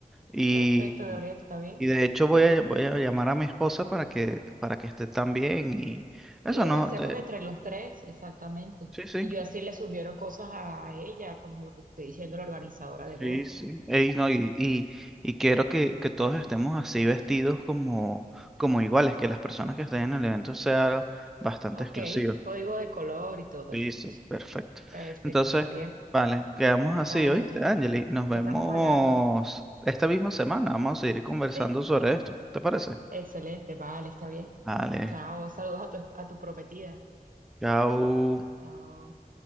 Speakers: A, in the centre; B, on the right.
A: Y,
B: Perfecto, Gabriel, está bien.
A: y de hecho voy a, voy a llamar a mi esposa para que, para que esté también y eso
B: Y
A: no,
B: la hacemos
A: te-
B: entre los tres, exactamente.
A: sí, sí,
B: Y yo así le sugiero cosas a, a ella, como lo que estoy diciendo la organizadora de
A: Sí,
B: bodas.
A: sí. Ey, no, y, y, y quiero que, que todos estemos así vestidos como, como iguales, que las personas que estén en el evento sean bastante
B: Ok,
A: exclusivas.
B: código de color y todo
A: Sí,
B: estas
A: sí,
B: cosas.
A: perfecto.
B: Perfecto,
A: Entonces,
B: Gabriel.
A: vale, quedamos así
B: Vale,
A: hoy, Angeli. Nos vemos
B: estamos hablando.
A: esta misma semana. Vamos a seguir conversando
B: Sí,
A: sobre esto. ¿Te parece?
B: excelente, vale, está bien.
A: Vale,
B: Chao, saludos a tu, a tu prometida.
A: chao.
B: Chao.